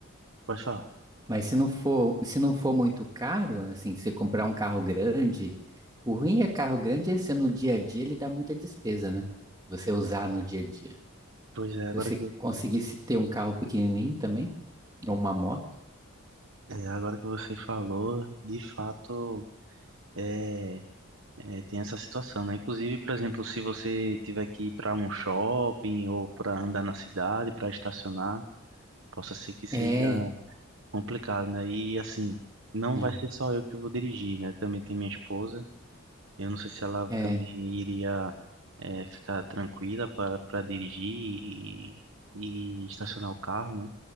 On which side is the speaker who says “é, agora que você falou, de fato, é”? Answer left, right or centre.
Right